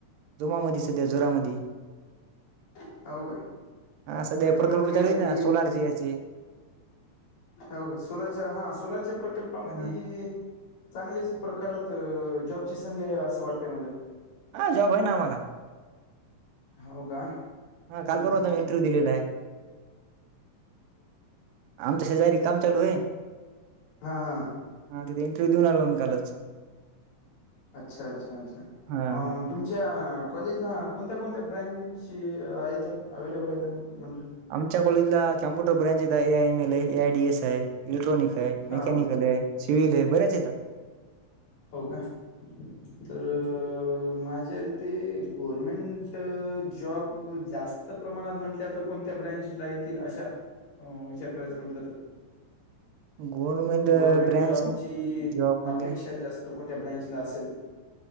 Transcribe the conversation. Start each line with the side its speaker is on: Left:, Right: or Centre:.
Right: जोमामधी सध्या जोरामधी.
Left: हवं का?
Right: हा सध्या
Left: पेपर
Right: हे प्रकल्प
Left: वगैरे
Right: चालू
Left: कधी
Right: ना
Left: आहेत?
Right: सोलारचे याचे
Left: हो का, सोलारच्या हा सोलारच्या प्रकल्पामधी
Right: हा
Left: चांगलीच प्रकारात जॉबची संधी आहे, असं वाटतय मले.
Right: हा जॉब आहे ना मला.
Left: हो का?
Right: हा
Left: हम्म,
Right: काल परवा आम्ही इंटरव्ह्यू
Left: बरं.
Right: दिलेला आहे आमच्या शेजारी काम चालूय.
Left: हा हा.
Right: ह तिथ इंटरव्यू देऊन आलो मी कालच.
Left: अच्छा, अच्छा, अच्छा.
Right: हा
Left: अ तुमच्या कॉलेजला कोणत्या कोणत्या ब्रँच आहेत, अवेलेबल आहेत म्हटले?
Right: आमच्या कॉलेजला कॉम्प्युटर ब्रँच आहे, ए आय म एल आहे, ए आय डी एस आहे. इलेक्ट्रॉनिक आहे, मेकॅनिकल
Left: हां
Right: आहे, सिव्हल आहे, बऱ्याच आहेेत्या.
Left: हो काय? तर माझ्यारीते गव्हर्मेंट जॉब जास्त प्रमाणात म्हटलं तर कोणत्या ब्रँच ला येतील? अशा विचार करायच म्हटलं तर
Right: <inaudible> गव्हर्नमेंट
Left: गव्हर्मेंट
Right: ब्रँच
Left: जॉबची
Right: जॉब म्हणजे
Left: अपेक्षा जास्त कोणत्या ब्रांचला असेल?